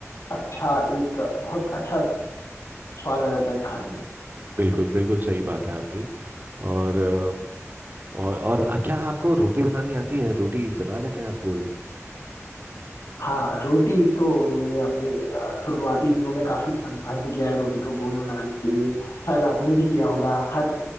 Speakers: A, on the left (about 70°); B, on the right (about 40°).
A: अच्छा एक बहुत अच्छा स्वाद आ जाता है खाने में
B: बिल्कुल बिल्कुल सही बात है आपकी और और और आ, क्या आपको रोटी बनानी आती है रोटी बना लेते हैं आप गोल
A: हाँ रोटी तो मैंने अपने अ, शुरुआती दिनों में काफी संघर्ष किया है रोटी को गोल बनाने के लिए शायद आपने भी किया होगा हर